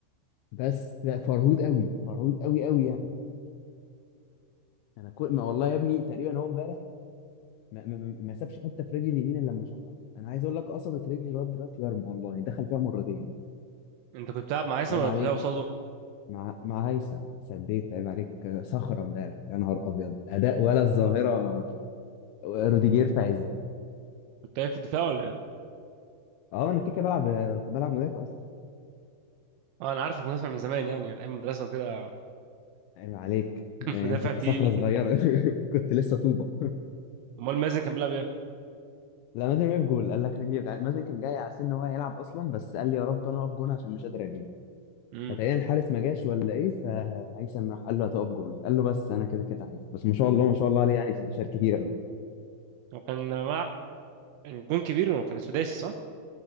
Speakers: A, on the left (about 85°); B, on the right (about 85°).
A: بس لا، فرهود قوي فرهود قوي قوي يعني انا كل ما والله يا ابني تقريبا هو امبارح ما, ما, ما ما سابش حته في رجلي اليمين الا لما شاطها انا عايز اقول لك قصبت رجلي لغايه دلوقتي يرمى والله دخل فيها مرتين
B: انت كنت بتلعب مع هيثم
A: بس عيب
B: ولا
A: عليك
B: كنت بتلعب قصاده
A: مع مع هيثم سديت عيب عليك صخرة امبارح يا نهار أبيض أداء ولا الظاهرة روديجير في عزه
B: كنت قايل في الدفاع ولا ايه
A: أه أنا كده كده بلعب بلعب مدافع أصلا
B: اه انا عارفك مدافع من زمان يعني من ايام المدرسه وكده
A: عيب عليك يعني
B: <laughs> مدافع
A: كنت
B: تقيل
A: صخرة صغيرة <laughs> كنت لسه طوبة
B: امال مازن كان بيلعب ايه
A: لا مازن وقف جول قال لك رجلي وجعاني مازن كان جاي على سن إن هو هيلعب أصلا بس قال لي يا رب أنا أقف جون عشان مش قادر أجيب
B: امم
A: فتقريبا الحارس ما جاش ولا إيه فهيثم راح قال له هتقف جول قال له بس أنا كده كده عايز بس ما شاء الله ما شاء الله عليه يعني شال كتير قوي
B: هو كان ملعب الجون كبير وكان سداسي صح